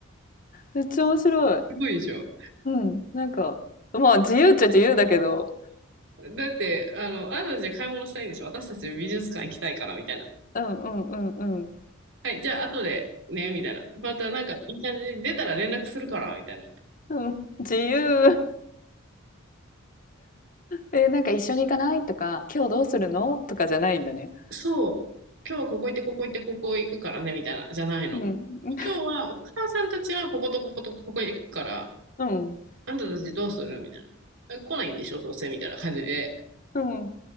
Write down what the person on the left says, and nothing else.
めっちゃ面白い。
うん、なんか、まあ、自由っちゃ自由だけど。
うんうんうんうん。
うん、自由。え、なんか一緒に行かない？とか、今日どうするの？とかじゃないんだね。
うん。
うん。
うん。